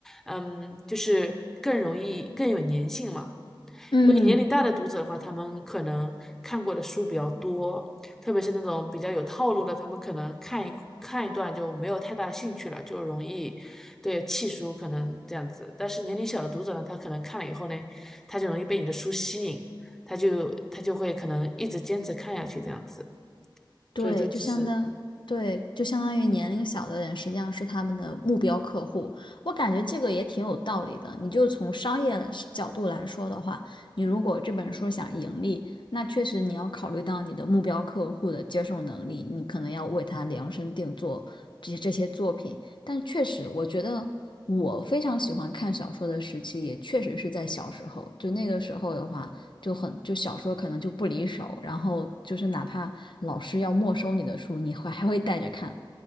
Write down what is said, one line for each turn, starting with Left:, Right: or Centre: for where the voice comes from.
Centre: 嗯，就是更容易更有粘性嘛。
Left: 嗯。
Centre: 因为年龄大的读者的话，他们可能看过的书比较多，特别是那种比较有套路的，他们可能看一看一段就没有太大兴趣了，就容易对弃书，可能这样子。但是年龄小的读者呢，他可能看了以后呢，他就容易被你的书吸引，他就他就会可能一直坚持看下去这样子。
Left: 对，
Centre: 所以这就是
Left: 就相当，对，就相当于年龄小的人实际上是他们的目标客户。我感觉这个也挺有道理的。你就从商业是角度来说的话，你如果这本书想盈利，那确实你要考虑到你的目标客户的接受能力，你可能要为他量身定做这些这些作品。但确实，我觉得我非常喜欢看小说的时期，也确实是在小时候。就那个时候的话。就很就小说可能就不离手，然后就是哪怕老师要没收你的书，你会还会带着看。